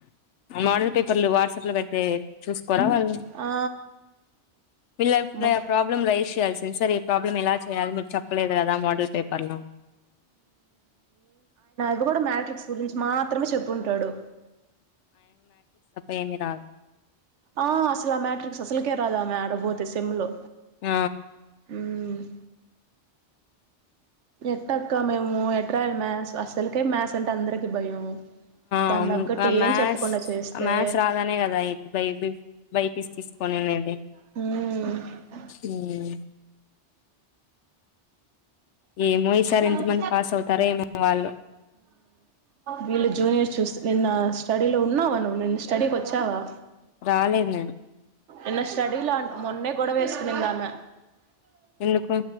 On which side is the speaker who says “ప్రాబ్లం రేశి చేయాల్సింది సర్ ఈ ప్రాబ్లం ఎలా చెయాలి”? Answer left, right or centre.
Left